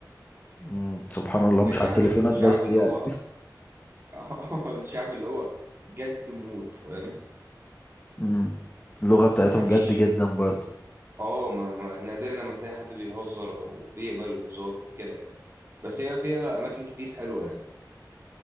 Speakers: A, on the left; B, on the right.
A: مم. سبحان الله
B: يعني
A: مش على التليفونات
B: عارف الشعب
A: بس
B: اللي
A: يعني
B: هو اه <laughs> الشعب اللي هو جد موت فاهم
A: مم. اللغه بتاعتهم
B: ما فيش
A: جد جدا برضو
B: اه ما ما- نادرا لما تلاقي حد بيهزر وبيقبل الهزار كده يعني بس هي فيها اماكن كتير حلوه يعني